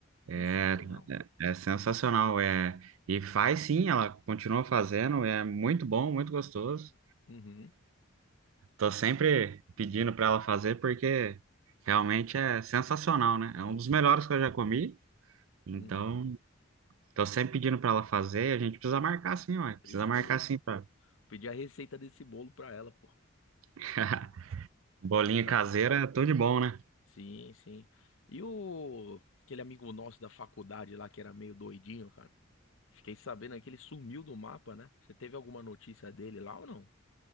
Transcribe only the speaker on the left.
sensacional.
Uhum,
é
muito
bom.
Uhum,
precisa,
pô.
Pedir a receita desse bolo pra ela, pô.
Sensacional.
Sim, sim. E o aquele amigo nosso da faculdade lá que era meio doidinho, cara? Fiquei sabendo aí que ele sumiu do mapa, né? Você teve alguma notícia dele lá ou não?